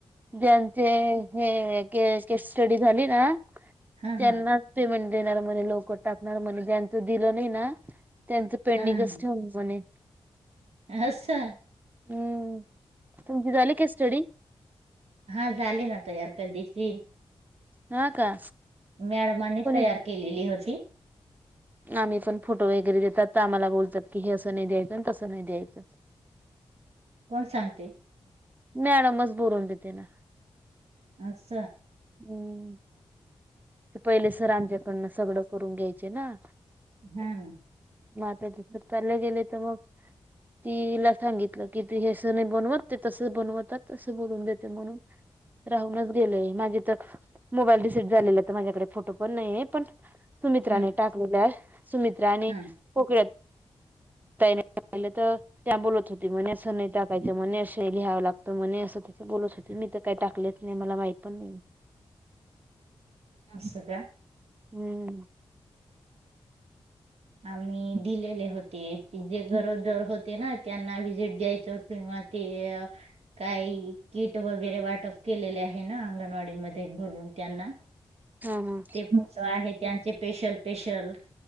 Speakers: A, on the right; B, on the right.
A: ज्यांचे हे के
B: ह
A: स्टडी झाली ना
B: हा
A: त्यांना
B: हा
A: पेमेंट देणार म्हणे लवकर टाकणार म्हणे ज्यांचं दिलं नाही ना त्यांचं पेंडिंगच
B: हा
A: ठेवू म्हणे.
B: असं
A: हम्म तुमची झाली काय स्टडी.
B: हा झाली ना तयार कधीची
A: हा का.
B: मॅडमानी
A: कोणी
B: तयार केलेली होती.
A: आम्ही पण फोटो वगैरे देतात तर, आम्हाला बोलतात की हे असं नाही द्यायचं आणि तसं नाही द्यायचं.
B: कोण सांगते?
A: मॅडमच बरून देते ना.
B: अस.
A: हम्म. ते पहिले सर आमच्याकडनं सगळं करून घ्यायचे ना.
B: हा ना.
A: मग आता तिथ काढलं गेल तव्हा. तिला सांगितलं की ते अस नाही बनवत ते तस बनवतात तस बोलून देते म्हणून. राहूनच गेलेय. माझे तर मोबाईल रिसीव झालेला तर माझ्याकडे फोटो पण नाहीय पण. सुमित्राने
B: हा
A: टाकलेल्या सुमित्रा आणि.
B: हा
A: कोण कोण यात तर त्या बोलत होती म्हणे असं नाही टाकायचं म्हणे असे लई लिहावं लागत म्हणे. असं त्या बोलत होते मी तर काही टाकलेच नाही मला माहीत पण नाही.
B: असं का.
A: हम्म.
B: आम्ही दिलेले होते. ती जे गरोदर होते ना. त्यांना व्हिजिट द्यायचं किंवा ते काही किट वगैरे वाटप केलेले आहे ना. अंगणवाडीमध्ये बोलून त्यांना.
A: हा
B: ते कोणच आहे त्यांचे पेशल स्पेशल